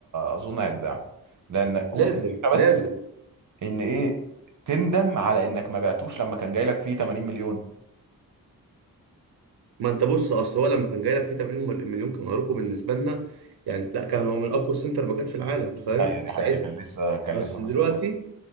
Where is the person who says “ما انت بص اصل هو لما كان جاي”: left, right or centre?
Right